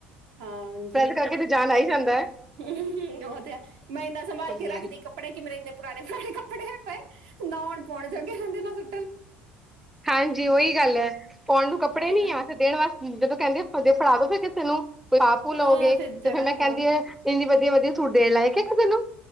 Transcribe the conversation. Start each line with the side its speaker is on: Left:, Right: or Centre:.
Right: ਹਾਂ
Centre: ਪ੍ਰੈਸ ਕਰਕੇ ਜਾਨ ਆਈ। ਜਾਂਦਾ।
Right: ਉਹ ਤੇ ਮੈਂ ਇੰਨਾ ਸੰਭਾਲ
Centre: ਹਾਂਜੀ।
Right: ਕੇ ਰੱਖਦੀ ਕੱਪੜੇ ਕਿ ਮੇਰੇ ਇੰਨੇ ਪੁਰਾਣੇ-ਪੁਰਾਣੇ ਕੱਪੜੇ ਹਐ ਪਏ। ਨਾ ਉਂਣ ਪੋਣੋ ਜਾਗੇ ਰੇੰਦੇ ਨਾ ਸੁੱ
Centre: ਹਾਂਜੀ ਉਹੀ ਗੱਲ ਐ ਪੋਣ ਨੂੰ
Right: ਉਹੀ
Centre: ਕੱਪੜੇ ਨੀ
Right: ਨਾ
Centre: ਆ ਤੇ ਦੇਣ ਵਾਸਤੇ ਜਦੋਂ ਕੇਂਦੇ ਹ ਫੜਾਵੋ ਫਿਰ ਨੂੰ ਕੋਈ ਪਾ-ਪੂ
Right: ਹਾਂ
Centre: ਲਓਗੇ
Right: ਫੇਰ
Centre: ਤੇ
Right: ਜਗ੍ਹਾ
Centre: ਫਿਰ ਮੈਂ
Right: ਵੀ
Centre: ਕੇਂਦੀ
Right: ਉਹ
Centre: ਆ ਇੰਨੀ ਵਧੀਆ-ਵਧੀਆ ਸੂਟ ਦੇਣ ਲਾਇਕ ਐ ਕਿਸੇ ਨੂੰ।